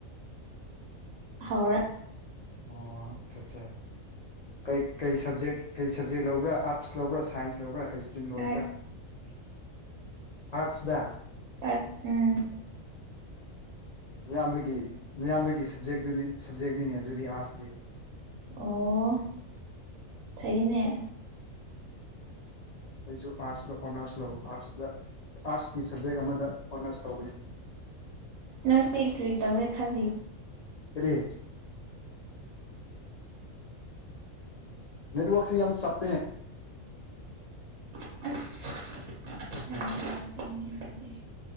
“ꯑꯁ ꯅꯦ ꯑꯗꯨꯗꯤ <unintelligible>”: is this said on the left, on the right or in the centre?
Right